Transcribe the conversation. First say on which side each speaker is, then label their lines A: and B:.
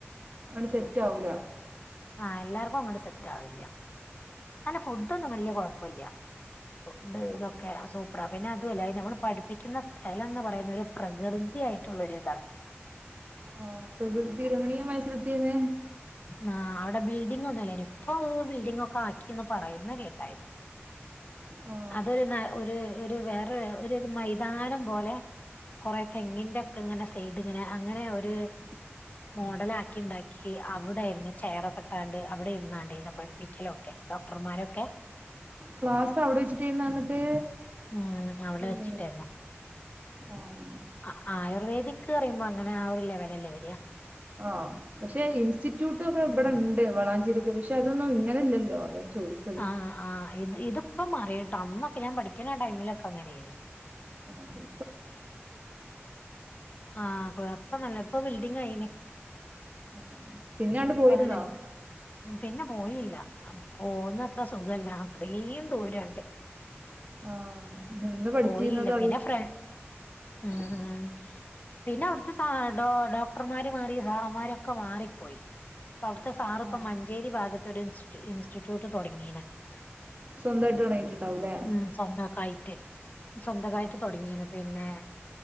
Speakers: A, on the right; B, on the left.
A: അങ്ങ് സെറ്റ് ആവില്ല
B: ആ എല്ലാർക്കും അങ്ങോട്ട് സെറ്റ് ആവില്ല അല്ല ഫുഡൊന്നും വലിയ കുഴപ്പില്ല ഫുഡ്
A: ആഹ്
B: ഇതൊക്കെ സപ്പ അ പിന്നെ അതും അല്ല നമ്മൾ പഠിപ്പിക്കുന്ന സ്ഥലം എന്ന് പറയുന്ന ഒരു പ്രകൃതി ആയിട്ടുള്ളൊ ഒരു ഇതാ
A: ആ പ്രകൃതി രമണീയമായിസലത്തിന്നെ
B: ആ അവിടെ ബിൽഡിങ് ഒന്നുംല്ലേനി ഇപ്പൊ ബിൽഡിംഗ്‌ ഒക്കെ ആക്കിന്ന് പറയുന്ന കേട്ട
A: ആ
B: അതൊരു ന ഒരു ഒരു വേറെ ഒരു മൈതാനം പോലെ കൊറ തെങ്ങിന്റെ ഒക്കെ ഇങ്ങനെ സൈഡ് അങ്ങനെ അങ്ങനെ ഒരു മോഡല ആക്കി ഉണ്ടാക്കി അവിടൊയിരുന്നു ചെയർ കെട്ടാണ്ട് അവിടെ ഇരുന്നണ്ടരുന്നു പിക്കലൊക്കെ ഡോക്ടർമാരൊക്കെ
A: ക്ലാസ് അവിടെ വെച്ചിട്ടേന്ന് എന്നിട്ട്
B: ഉ അവിടെ
A: ഏഹ്
B: വെച്ചിട്ടായിരുന്നു
A: ആഹ്
B: ആ ആയുർവേദിക് പറയുമ്പോ അങ്ങനെ ആ ഒരു ലെവലല്ലേ വരിക
A: ആ പക്ഷെ ഇൻസ്റ്റിറ്റ്യൂട്ട് ഒക്കെ ഇവിടെ ഇണ്ട് വളാഞ്ചേരിക്ക് പക്ഷെ അതൊന്നും ഇങ്ങനല്ലല്ലോ അതാ ഞാൻ ചോദിച്ചത്
B: ആഹ് ആഹ് ഇത് ഇതിപ്പം അറിയാം കേട്ടോ അന്നൊക്കെ ഞാൻ പഠിക്കുന്ന ടൈമിലൊക്കെ അങ്ങനെയായിരുന്നു
A: മാറി
B: ആഹ് കുഴപ്പമില്ല ഇപ്പോ ബിൽഡിങ് ആയിന്
A: ആ പിന്നെ അങ്ങട് പോയിരുന്നാ
B: ഇപ്പ നല്ല പിന്നെ പോയില്ല പോകുന്ന അത്ര സുഖല്ല അത്രയും ദൂരമുണ്ട്
A: ആഹ് നിന്ന് പഠിച്ചിരുന്നത്
B: പോയില്ല പിന്നെ ഫ്ര
A: <unintelligible>
B: ഉം ഉം പിന്നെ അവിടുത്തെ സ ഡോ ഡോക്ടർമാര് മാറി സാറന്മാരൊക്കെ മാറിപ്പോയി അവിടുത്തെ സാറ് ഇപ്പൊ
A: ആഹ്
B: മഞ്ചേരി ഭാഗത്ത് ഒരു ഇൻസ്റ്റി ഇൻസ്റ്റിറ്റ്യൂട്ട് തുടങ്ങിയീണ്
A: സ്വന്തായിട്ട് തുടങ്ങിയിട്ടുണ്ടാവുംല്ലേ
B: മ്മ് സ്വന്തൊക്കെയായിട്ട് സ്വന്തൊക്കെയായിട്ട്
A: ആഹ്
B: തുടങ്ങിയിന് പിന്നെ